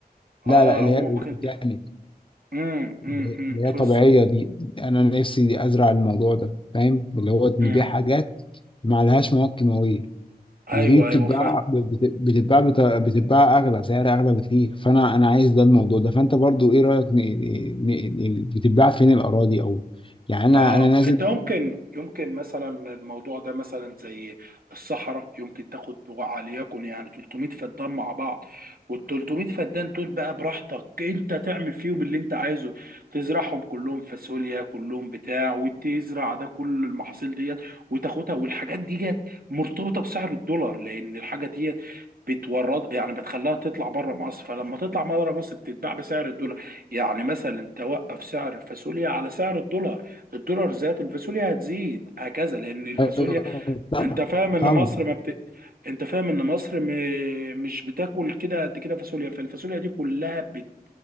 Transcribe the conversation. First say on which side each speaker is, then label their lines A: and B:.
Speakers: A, on the left (about 30°); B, on the right (about 65°).
A: لا
B: اه
A: لا اللي
B: ممكن
A: هي الاورجانيك
B: ت... امم امم
A: اللي
B: في
A: هي طبيعية
B: الص...
A: دي أنا نفسي أزرع الموضوع ده فاهم اللي هو
B: مم.
A: نبيع حاجات ما لهاش مواد كيماوية
B: ايوه
A: ودي بتتباع
B: ايوه فاهم
A: بت- بتتباع بت- بتتباع أغلى سعر أغلى بكتير فأنا أنا عايز ده الموضوع ده فأنت برضو إيه رأيك ن- ن- ن- بتتباع فين الأراضي أو يعني أنا
B: اه
A: أنا نازل
B: انت يمكن يمكن مثلا الموضوع ده مثلا زي الصحراء يمكن تاخد وليكن يعني 300 فدان مع بعض وال 300 فدان دول بقى براحتك انت تعمل فيهم اللي انت عايزه تزرعهم كلهم فاصوليا كلهم بتاع وتزرع ده كل المحاصيل ديت وتاخدها والحاجات ديت مرتبطة بسعر الدولار لان الحاجة ديت بتورد يعني بتخليها تطلع بره مصر فلما تطلع بره مصر بتتباع بسعر الدولار يعني مثلا توقف سعر الفاصوليا على سعر الدولار الدولار زاد الفاصوليا هتزيد هكذا لان الفاصوليا
A: أيوة، طبعا
B: انت فاهم ان
A: طبعا
B: مصر ما بت... انت فاهم ان مصر م... مش بتاكل كده قد كده فاصوليا فالفاصوليا دي كلها بت...